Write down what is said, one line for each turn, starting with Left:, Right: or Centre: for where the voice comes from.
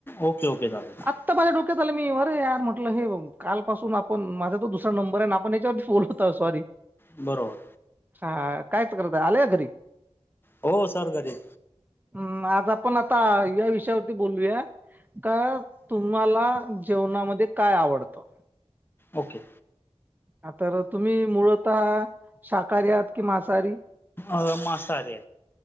Left: ओके ओके चालेल
Right: आत्ता माझ्या डोक्यात आलं मी वर यार म्हटल..... हे काल पासून आपण माझा तो दुसरा नंबर आहे ना आपण याच्यावरती फोन होतो सॉरी....
Left: बरोबर.....
Right: हा कायच करत आले या घरी...
Left: हो सर्गरीे..
Right: हम्म, आज आपण आता या विषयावरती बोलूया.... का तुम्हाला जेवणामध्ये काय आवडतं...
Left: ओके..
Right: आ तर तुम्ही मुळत शाकाहारी आहात कि मांसाहारी
Left: अ मासाारी